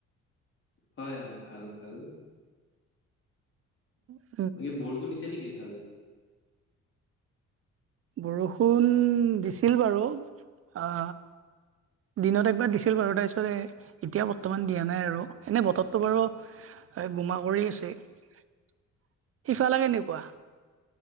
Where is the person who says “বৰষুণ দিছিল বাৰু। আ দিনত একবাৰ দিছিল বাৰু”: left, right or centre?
Right